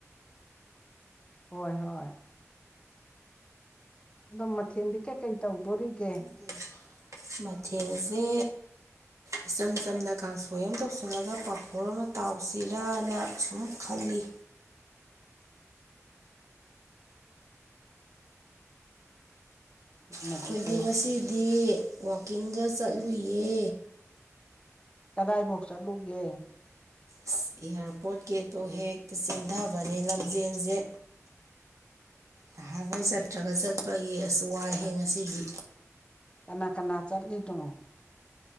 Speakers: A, on the left; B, on the right.
A: ꯍꯣꯏ ꯍꯣꯏ ꯗꯣ ꯃꯊꯦꯜꯗꯤ ꯀꯩꯀꯩ ꯇꯧꯗꯣꯔꯤꯒꯦ
B: <unintelligible> ꯃꯊꯦꯜꯖꯦ ꯏꯆꯝ ꯆꯝꯅ ꯀꯥꯡꯁꯣꯏ ꯑꯃ ꯇꯧꯁꯜꯂꯒ ꯄꯥꯐꯣꯔ ꯑꯃ ꯇꯥꯎꯁꯤꯔꯅ ꯁꯨꯝ ꯈꯜꯂꯤ
A: ꯑꯗꯨꯅꯗꯤ
B: ꯑꯩꯈꯣꯏꯗꯤ
A: ꯐꯩ
B: ꯉꯁꯤꯗꯤ ꯋꯥꯛꯀꯤꯡꯒ ꯆꯠꯂꯨꯏꯌꯦ
A: ꯀꯗꯥꯏꯐꯥꯎ ꯆꯠꯂꯨꯒꯦ
B: ꯏꯁ ꯏꯌꯥꯔꯄꯣꯔꯠ ꯒꯦꯠꯇꯣ ꯍꯦꯛꯇ ꯆꯦꯟꯗꯕꯅꯦ ꯂꯝꯖꯦꯟꯖꯦ ꯅꯍꯥꯟꯒꯩ ꯆꯠꯇ꯭ꯔꯒ ꯆꯠꯄꯒꯤ ꯑꯁ ꯋꯥꯏꯍꯦ ꯉꯁꯤꯗꯤ
A: ꯀꯅꯥ ꯀꯅꯥ ꯆꯠꯂꯤꯅꯣ